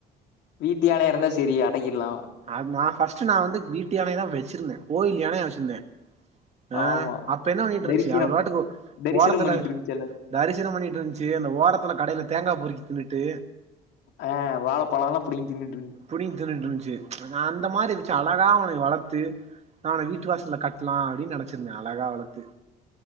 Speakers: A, on the left; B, on the right.
A: வீட்டு யானையா இருந்தா செரி அடக்கிற்லா
B: அது நா ஃபஸ்ட்டு நா வந்து வீட்டு யானையதா வெச்சிருந்தே கோயில் யானையா வெச்சிருந்தே அ
A: ஆமா
B: அப்ப என்ன பண்ணிட்ருந்ச்சி
A: தரிசனம்
B: அவ் ரோட்டுக்கு
A: தரிசனம்
B: ஓரத்துல
A: பண்ணிட்டு இருந்துச்சு எல்லா
B: தரிசனம் பண்ணிட்ருந்ச்சி அந்த ஓரத்துல கடைய்ல தேங்கா பொறிக் தின்னுட்டு
A: ஆ வாழ பழல்லா புடிங் தின்னுட்ரு
B: புடிங் தின்னுட்ருந்ச்சு நா அந்த மாரி வெச்சு அழகா உனனை வளத்து நா அவன வீட்டு வாஸ்ல கட்லா அப்டின் நெனச்சிருந்தே அழகா வளத்து